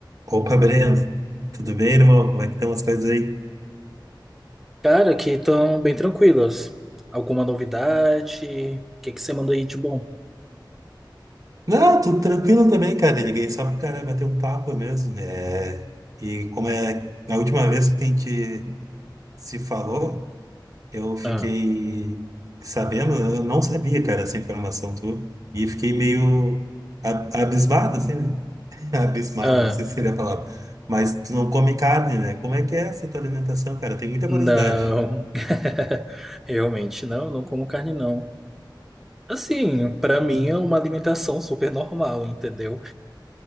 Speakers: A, on the right; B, in the centre.
A: Opa, Breno, tudo bem, irmão? Como é que estão as coisas aí?
B: Cara, aqui estão bem tranquilas. Alguma novidade? O que que você mandou aí de bom?
A: Não, tudo tranquilo também, cara. Eu liguei só pra cara bater um papo mesmo. É... E como é a última vez que a gente se falou, eu fiquei
B: Ah,
A: sabendo, né? eu não sabia, cara, essa informação tua, e fiquei meio a- abismado, assim, né? <laughs> Abismado,
B: ah,
A: não sei se seria a palavra. Mas tu não come carne, né? Como é que é essa tua alimentação, cara? Tem muita
B: não.
A: curiosidade.
B: <laughs> Realmente não, não como carne não. Assim, pra mim
A: E-
B: é uma alimentação super normal, entendeu?